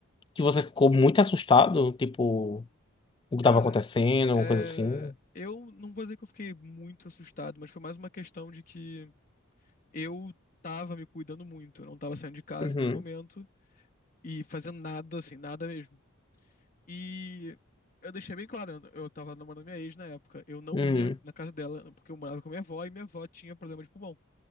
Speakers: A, on the left; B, on the left.
A: que você ficou muito assustado? Tipo, o que
B: Cara,
A: estava acontecendo, alguma
B: é,
A: coisa assim?
B: eu não vou dizer que eu fiquei muito assustado, mas foi mais uma questão de que eu tava me cuidando muito, eu não tava saindo de casa
A: Uhum.
B: em nenhum momento e fazendo nada, assim, nada mesmo. E eu deixei bem claro, né, eu tava namorando minha ex na época, eu não
A: Uhum.
B: ia na casa dela porque eu morava com a minha avó e minha avó tinha problema de pulmão.